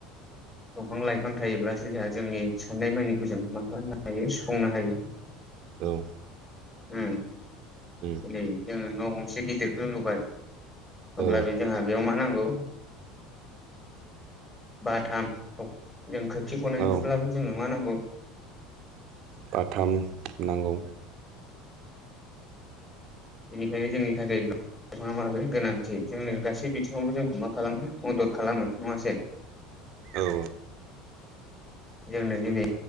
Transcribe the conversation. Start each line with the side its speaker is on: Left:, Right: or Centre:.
Left: दंफां लाइफां थायोब्लासो जोंहा जोंनि साननाय मानिखौ जों मा खालामनो हायो सुफुंनो हायो। <inaudible>
Right: औ।
Left: उम।
Right: उम।
Left: उम जोङो न' गंसे गिदिरखोनो लुबाय अब्ला
Right: औ
Left: बे जोंहा बेयाव मा नांगौ बाथाम थक जों खोरखि बनायनोब्लाबो
Right: औ
Left: जोंनो मा नांगौ
Right: बाथाम नांगौ।
Left: बेनिखायनो जोंनि थाखै <unintelligible> गोनांथि जोंनो गासै फिफांखौ जोंखौ मा खालामो मदद खालामो नङासे।
Right: औ।
Left: जोंनो दिनै